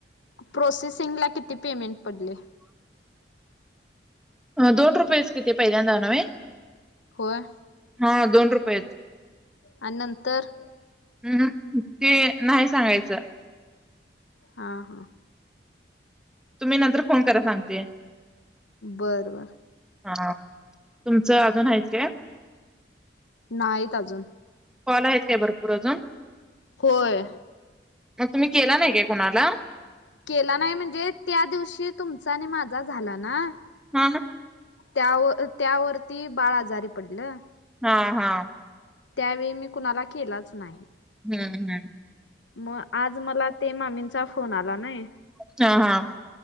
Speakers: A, on the left (about 85°); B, in the centre.
A: प्रोसेसिंग ला किती पेमेंट पडले?
B: दोन रुपयेच कि ते पहिल्यांदा नव्हे
A: होय
B: हा दोन रुपयेच
A: आणि नंतर
B: हुं हुं ते नाही सांगायचं
A: हां हां
B: तुम्ही नंतर फोन करा सांगते
A: बर बर
B: हा तुमचं अजून आहेत काय?
A: नाहीत अजून.
B: कॉल आहेत काय भरपूर अजून?
A: होय
B: मग तुम्ही केला नाहीे कोणाला?
A: केला नाही म्हणजे त्या दिवशी तुमचा आणि माझा झाला ना
B: हा
A: त्यावर त्यावरती बाळ आजारी पडलं.
B: हा हा.
A: त्यावेळी मी कुणाला केलाच नाय.
B: हम्म हम्म.
A: मग आज मला ते मामींचा फोन आला नाय
B: हां, हां.